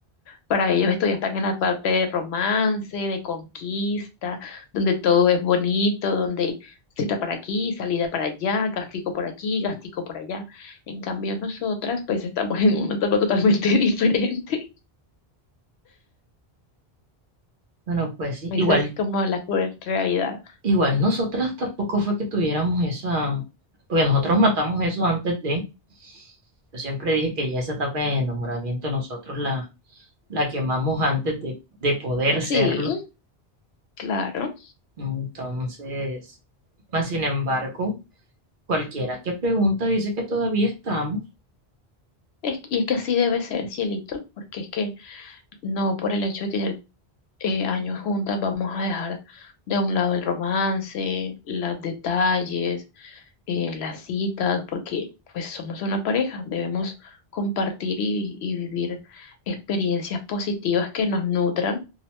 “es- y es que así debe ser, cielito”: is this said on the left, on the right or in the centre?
Left